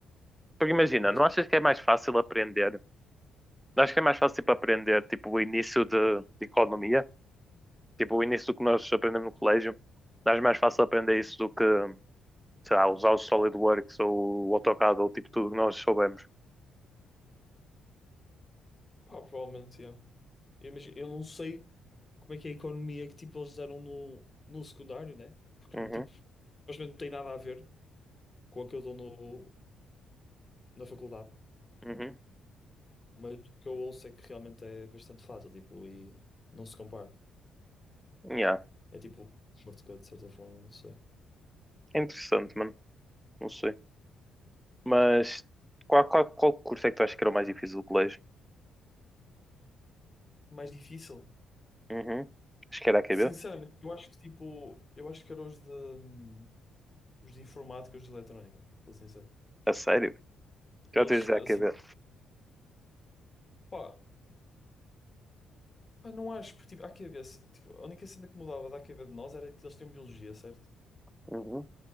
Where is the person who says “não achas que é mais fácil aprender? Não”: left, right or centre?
Centre